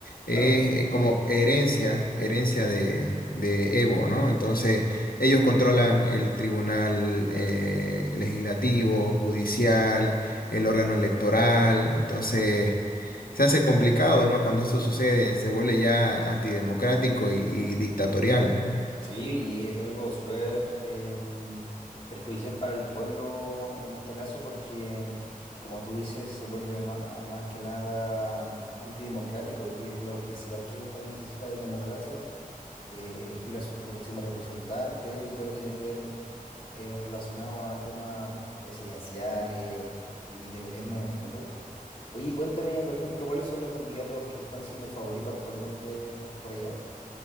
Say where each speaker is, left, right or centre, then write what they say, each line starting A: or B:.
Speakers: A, on the left; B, on the left.
A: Claro.
B: es eh, como herencia, herencia de, de Evo, ¿no? Entonces, ellos controlan el tribunal eh, legislativo, judicial, el órgano electoral, entonces se hace complicado, ¿no? Cuando esto sucede, se vuelve ya antidemocrático y, y dictatorial, ¿no?
A: Sí, y es algo súper em, perjudicial para el pueblo en este caso porque, como tú dices, se vuelve ma- más, que nada mm, antidemocrático y es lo principal que un país necesita de democracia, eh, elegir a su próximo representante y todo lo que tiene que ver eh, relacionado a temas presidenciales y de gobierno en general, po. Oye, y cuéntame, por ejemplo, ¿cuáles son los candidatos que están siendo favoritos actualmente por allá?